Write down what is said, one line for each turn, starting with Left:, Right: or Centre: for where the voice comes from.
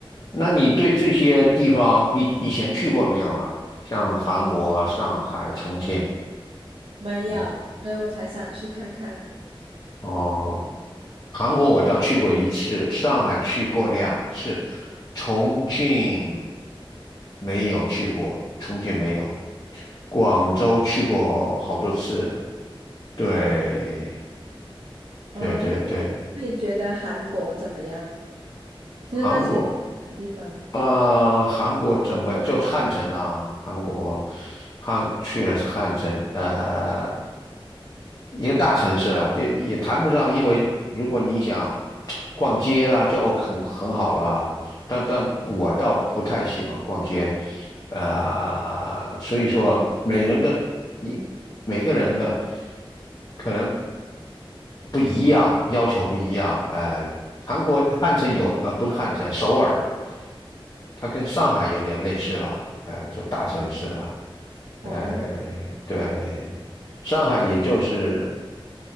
Left: 那你对这些地方，你以前去过没有呢？像韩国啊上海、重庆，
Right: 没有，
Left: 嗯，
Right: 所以我才想去看看。
Left: 哦。韩国我倒去过一次，上海去过两次，重庆没有去过，重庆没有，广州去过好多次。对，
Right: 哦，
Left: 对对对，
Right: 那你那你觉得韩国怎么样？就是那些
Left: 韩国，
Right: 地方。
Left: 呃，韩国怎么样？就汉城啦、啊，韩国汉去了是汉城，呃，一个大城市啦，就也谈不上，因为如果你想逛街啦，就 OK 很很好啦。但但我倒不太喜欢逛街，呃，所以说每人跟你每个人的可能不一样，要求不一样。呃，韩国汉城有，呃，不是汉城，首尔，它跟上海有点类似了，呃，就大城市了，呃，
Right: 哦，
Left: 对。上海也就是